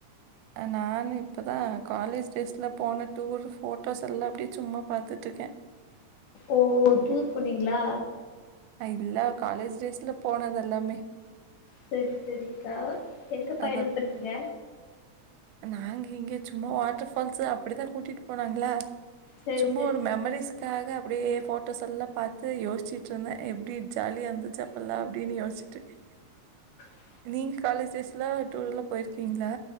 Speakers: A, on the right; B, on the left.
A: நானு இப்போதா காலேஜ் டேஸ்ல போன டூர் ஃபோட்டோஸ் எல்லா அப்டியே சும்மா பாத்துட்டு இருக்கே
B: ஓ டூர் போனீங்களா
A: நா இல்ல காலேஜ் டேஸ்ல போனது எல்லாமே
B: சேரி சேரிக்கா எங்க பயணம்
A: அத
B: பண்ணிங்க
A: நாங்க இங்க சும்மா வாட்டர்ஃபால்ஸு அப்டிதா கூட்டிட்டு போனாங்களா
B: சரி
A: சும்மா
B: சரி
A: ஒரு மெமரிஸ் ட்டாக அப்டியே ஃபோட்டோஸ் எல்லா பார்த்து யோசிச்சுட்டுயிருந்தே எப்டி ஜாலியா இருந்துச்சா இப்பல்லா அப்டின்னு யோசிச்சிட்டு இருக்கே
B: அப்பா
A: நீங்க காலேஜ் டேஸ்ல டூர் எல்லா போயிருக்கீங்களா